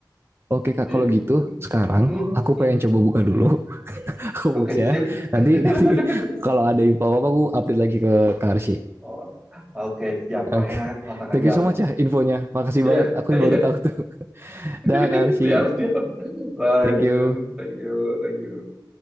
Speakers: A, on the right; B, in the centre.
A: Oke kak,
B: Gitu.
A: kalau gitu sekarang
B: Hmm,
A: aku
B: hmm,
A: pengen coba buka
B: hmm.
A: dulu <laughs> Robloxnya.
B: Oke, sip. <laughs>
A: Nanti nanti kalau ada info apa aku update lagi ke Karsi.
B: Oh, oke, siap.
A: Oke,
B: Pokoknya
A: Okay.
B: kontak
A: thank
B: aja
A: you so
B: lah.
A: much ya infonya. Makasih
B: Iya,
A: banget. Aku baru
B: iya.
A: tahu tuh. <laughs>
B: <laughs>
A: Dah Karsi,
B: Siap, siap. Bye,
A: thank you.
B: Bim. Thank you, thank you.